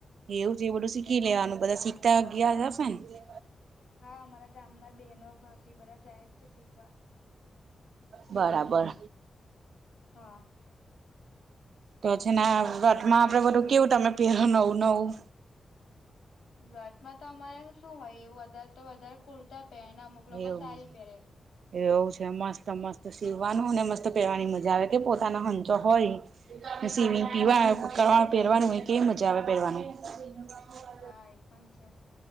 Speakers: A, on the right; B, on the left.
A: એવું જે બધું શીખી લેવાનું, બધા શીખતા ગયા હશે ને.
B: હા, અમારા ગામના બહેનો, ભાભી બધા જાય જ છે શીખવા.
A: બરાબર.
B: હા.
A: તોછ ને, વટમાં આપડે બધું કેવું તમે પહેર નવું-નવું
B: સુરાતમાં તો અમારે શું હોય? એ વધારે તો વધારે કુર્તા પહેન અમુક
A: એવું
B: લોકો સારી પહેરે.
A: એવું છે, મસ્ત-મસ્ત સીવવાનું મસ્ત પહેવાની મજા આવે કે, પોતાના હંચો હોય. વી પીવા કરવા પહેરવાનું, હો કેવી મજા આવે પહેરવાનું. <unintelligible>
B: હા, એ પણ છે.